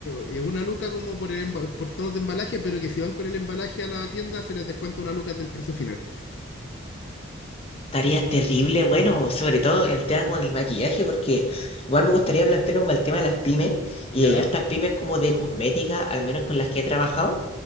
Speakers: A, on the left; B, on the left.
A: eh, una luca como por el emba- por tonos de embalaje, pero que si van con el embalaje a la tienda se les descuenta una luca del precio final.
B: Estaría terrible, bueno, sobre todo en temas como del maquillaje, porque igual me gustaría plantearme como el tema de las pymes, y
A: ¿Ya?
B: hay hartas pymes como de cosmética, al menos con las que he trabajado